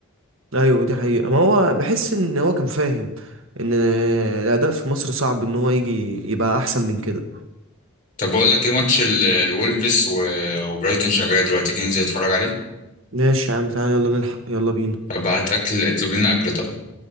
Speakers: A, on the right; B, on the left.
A: ايوه دي حقيقة ما هو بحس ان هو كان فاهم ان الاداء في مصر صعب ان هو يجي يبقى احسن من كده
B: طب بقول لك ايه ماتش ال- الولفز و- وبرايتون شغال دلوقتي تيجي ننزل نتفرج عليه
A: ماشي يا عم تعالى يلا نلحق يلا بينا
B: طب هات أكل اطلب لنا أكل طيب